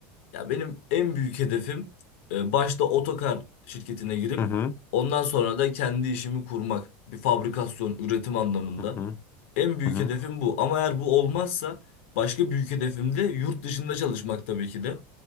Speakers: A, on the left; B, on the left.
A: Ya benim en büyük hedefim e, başta otokar şirketine girip
B: Hı hı,
A: ondan sonra da kendi işimi kurmak. Bir fabrikasyon, üretim anlamında.
B: hı hı,
A: En büyük
B: hı hı.
A: hedefim bu. Ama eğer bu olmazsa başka büyük hedefim de yurt dışında çalışmak tabii ki de.